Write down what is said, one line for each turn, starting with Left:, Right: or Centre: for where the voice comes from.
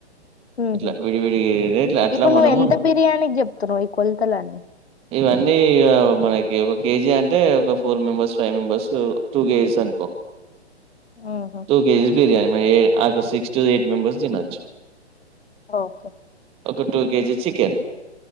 Left: ఊహూ
Right: ఇట్లా విడివిడిలా అట్లా
Left: ఇప్పుడు నువ్వు
Right: మనము
Left: ఎంత బిర్యానీకి చెప్తున్నావు ఈ కొలతలన్నీ
Right: ఇవన్నీ మనకి ఒక కేజీ అంటే అంట ఒక four member five members two గేజకో
Left: ఊహూ
Right: టూ కేజీస్ బిర్యానీ మ ఏ ఆక సిక్స్ టు ఎయిట్ మెంబర్స్ తినొచ్చు
Left: ఓకే
Right: ఒక two KG chicken